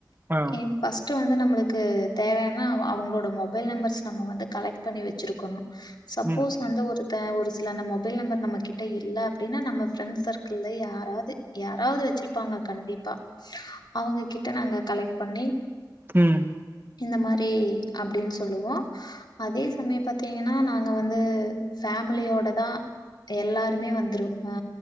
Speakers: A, on the right; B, on the left.
A: ஆ
B: ஏ ஃபர்ஸ்ட்டு வந்து நம்முளுக்கு தேவையானா அவங்களோட மொபைல் நம்பர்ஸ் நம்ம வந்து கலெக்ட் பண்ணி வெச்சிருக்கணு சப்போஸ்
A: ம்
B: வந்து ஒரு த்த ஒரு சில நம்ம மொபைல் நம்பர் நம்ம கிட்ட இல்ல அப்டின்னா நம்ம ஃப்ரெண்ட் சர்க்கிள்ல யாராவது யாராவது வெச்சிருப்பாங்க கண்டிப்பா அவங்க கிட்ட நாங்க கலெக்ட் பண்ணி
A: ம்
B: இந்த மாரி அப்டின் சொல்லுவோ அதே சமயம் பாத்தீங்கன்னா நாங்க வந்து ஃபேமிலியோட தா எல்லாருமே வந்துரு ஆ